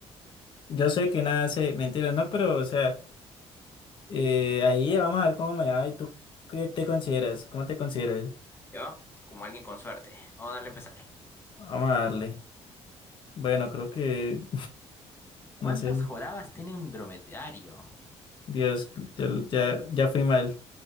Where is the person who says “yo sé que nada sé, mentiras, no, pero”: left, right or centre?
Left